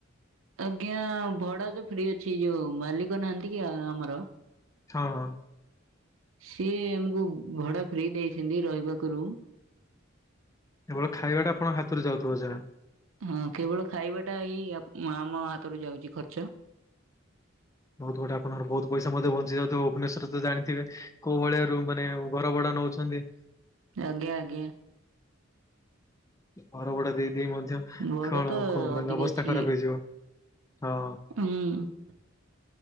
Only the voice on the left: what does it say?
ଛହ
କେବଳ ଖାଇବାଟା ଆପଣ ହାତରୁ ଯାଉଥିବ ଯା,
ବହୁତ ଗୋଟେ ଆପଣଙ୍କ ବହୁତ ପଇସା ମଧ୍ୟ ବଞ୍ଚି ଯାଉଥିବ ଭୁବନେଶ୍ୱରରେ ଜାଣିଥିବେ। କୋଉ ଭଳିଆ ରୁମ ମାନେ ଘର ଭଡା ନଉଛନ୍ତି।
ଘର ଭଡ଼ା ଦେଇ ଦେଇେମଧ୍ୟ
କଣ
ମାନେ
ଅବସ୍ଥା
ଖରାପ ହେଇଯିବ ହଁ।